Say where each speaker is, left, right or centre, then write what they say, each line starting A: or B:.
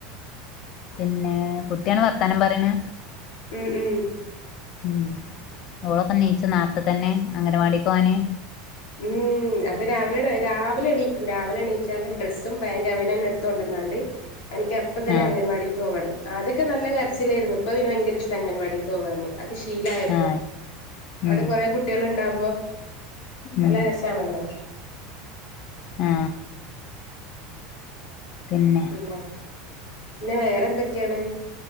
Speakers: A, on the left (about 40°); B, on the left (about 55°).
A: പിന്നെ കുട്ടിയാണ് വർത്താനം പറയ്ന്നെ
B: ഉം, ഉം
A: ഉം ഓളൊക്കെ എണീച്ച് നാർത്ത തന്നെ അംഗനവാടി പോവാന്
B: ഉം, അത് രാവിലെ രാവിലെ എണീക്കും രാവിലെ എണീച്ചാല് ഡ്രസ്സും പാൻറ് അവന് എടുത്തു കൊണ്ടന്നണ്ട് എനിക്ക അപ്പം തന്നെ
A: ആഹ്
B: അംഗൻവാടി പോകണം, ആദ്യ ഒക്കെ നല്ല കരച്ചിലായിരുന്നു, ഇപ്പൾ ഇവന് ഭയങ്കര ഇഷ്ട അംഗൻവാടിക്ക് പോവാന്. അത് ശീലയപ്പോ,
A: ആഹ്
B: അവിടെ
A: ഉം
B: കൊറേ കുട്ടികൾ ഉണ്ടാകുമ്പോ നല്ല
A: ഉം
B: രസണല്ലോ
A: ആ പിന്നെ
B: പിന്നെ വേറെന്തൊക്കെയാണ്